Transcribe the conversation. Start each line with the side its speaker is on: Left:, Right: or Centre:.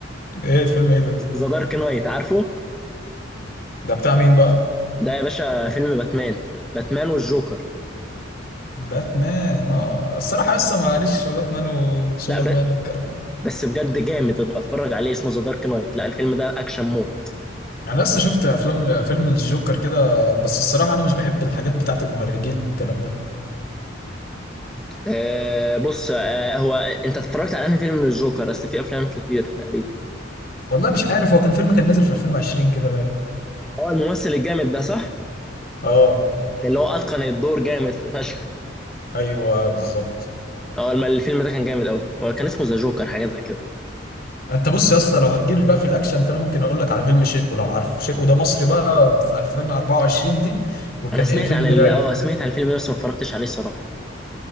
Left: ايه الفيلم ايه ده
Centre: ذا دارك نايت عارفه
Left: ده بتاع مين بقى
Centre: ده يا باشا فيلم باتمان باتمان والجوكر
Left: باتمان اه الصراحه لسه ماليش في باتمان وسوبرمان
Centre: لا ب...
Left: والكلام ده
Centre: بس بجد جامد ابقى اتفرج عليه اسمه ذا دارك نايت لا الفيلم ده اكشن مود
Left: انا لسه شفت افلام فيلم الجوكر كده بس الصراحه انا مش بحب الحاجات بتاعت المهرجين والكلام ده
Centre: أه بص أه هو انت اتفرجت على انهي فيلم للجوكر اصل في افلام كتير تقريبا
Left: والله مش عارف هو كان فيلم كان نازل في 2020 كده باين
Centre: هو الممثل الجامد ده صح
Left: اه
Centre: اللي هو اتقن الدور جامد فشخ
Left: ايوه بالظبط
Centre: اه الم- الفيلم ده كان جامد قوي هو كان اسمه ذا جوكر حاجه زي كده
Left: انت بص يا اسطى لو هتجيلي بقى في الاكشن فانا ممكن اقول لك على فيلم شيء ولو عارفه شيء وده مصري بقى في 2024 دي وكان
Centre: انا سمعت
Left: ايه فيلم
Centre: عن ال...
Left: رايق
Centre: اه سمعت عن الفيلم ده بس ما اتفرجتش عليه صراحه